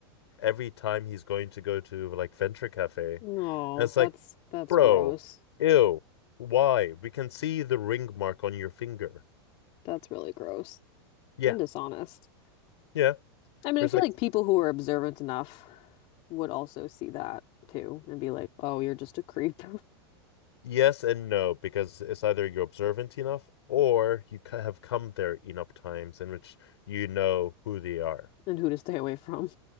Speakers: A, on the left; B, on the left.
A: every time he's going to go to like Venture Cafe.
B: Oh,
A: And it's like,
B: that's that's
A: bro,
B: gross.
A: ew, why? We can see the ring mark on your finger.
B: That's really gross
A: Yeah,
B: and dishonest.
A: yeah.
B: I mean,
A: There's
B: I feel
A: like
B: like people who are observant enough would also see that too and be like, "Oh, you're just a creep."
A: yes and no because it's either you're observant enough or you have come there enough
B: <laughs>
A: times in which you know who they are.
B: and who to stay away from.